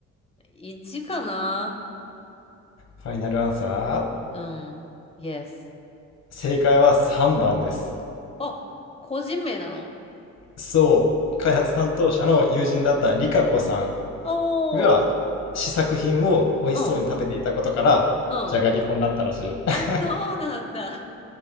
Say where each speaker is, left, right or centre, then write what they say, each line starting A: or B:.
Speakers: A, on the left; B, on the left.
A: 1かな
B: うファイナルアンサー
A: うん。Yes.
B: 正解は3番です。
A: あ、個人名なの
B: そう、開発担当者の友人だったリカ子さ
A: おー。
B: んが試作品を美味しそうに食べていたことから、
A: うん、うん。
B: じゃがりこになったらしい。<laughs>
A: あ、そうなんだ。